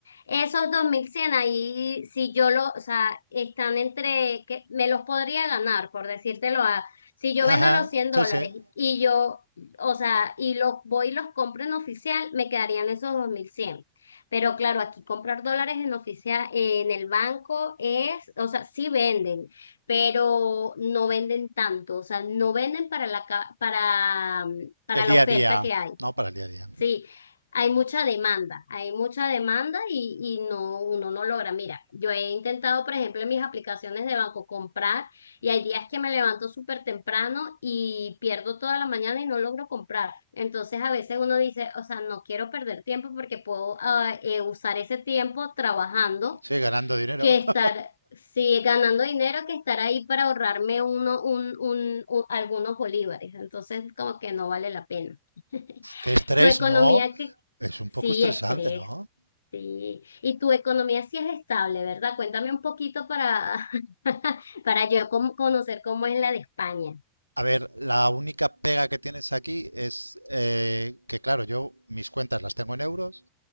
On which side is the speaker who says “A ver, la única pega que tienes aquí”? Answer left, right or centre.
Right